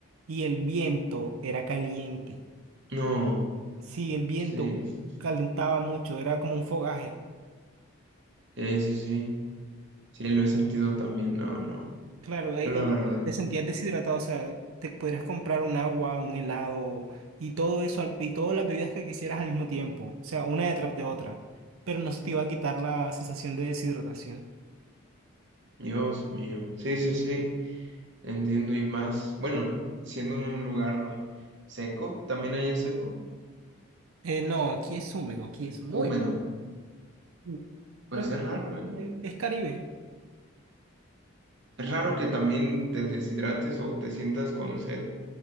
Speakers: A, on the right; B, on the right.
A: y el viento era caliente.
B: no.
A: Sí, el viento
B: Sí, sí,
A: calentaba mucho, era como un fogaje.
B: sí, sí, sí, sí, lo he sentido también, no, no,
A: Claro, eh,
B: yo la
A: y
B: verdad,
A: te sentías deshidratado, o sea, te podrías comprar un agua, un helado y todo eso, al- y todas las bebidas que quisieras al mismo tiempo, o sea, una detrás de otra, pero no se te iba a quitar la sensación de deshidratación.
B: Dios mío, sí, sí, sí, entiendo y más, bueno, siendo un lugar seco, también hay seco,
A: Eh, no, aquí es húmedo, aquí es muy...
B: húmedo,
A: húmedo.
B: pues
A: Lo que
B: es
A: pasa
B: raro,
A: es que,
B: ¿eh?
A: eh, es Caribe.
B: Es raro que también te deshidrates o te sientas con sed